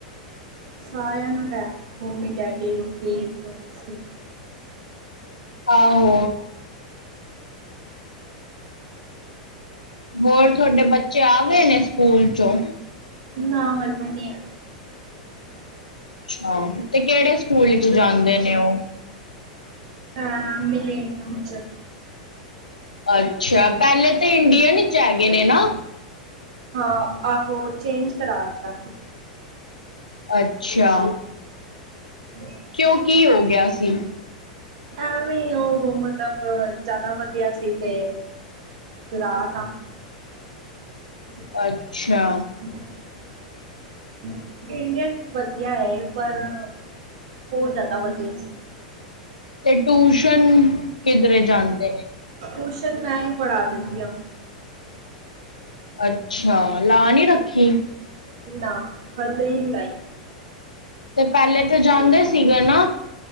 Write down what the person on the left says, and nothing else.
ਆਹੋ। ਹੋਰ ਤੁਆਡੇ ਬੱਚੇ ਆ ਗਏ ਨੇ ਸਕੂਲ ਚੋਂ
ਅੱਛਾ, ਤੇ ਕੇੜੇ ਸਕੂਲ ਈਚ ਜਾਂਦੇ ਨੇ ਓ
ਅੱਛਾ, ਪੈਲੇ ਤਾਂ ਇੰਡੀਅਨ ਚ ਐਗੇ ਨੇ ਨਾ
ਅੱਛਾ।
ਕੇਓ ਕੀ ਹੋ ਗੇਆ ਸੀ?
ਅੱਛਾ।
ਤੇ ਟੂਸ਼ਨ ਕਿਧਰੇ ਜਾਂਦੇ ਨੇ
ਅੱਛਾ, ਲਾ ਨੀ ਰੱਖੀ
ਤੇ ਪੈਲੇ ਤੇ ਜਾਂਦੇ ਸੀਗੇ ਨਾ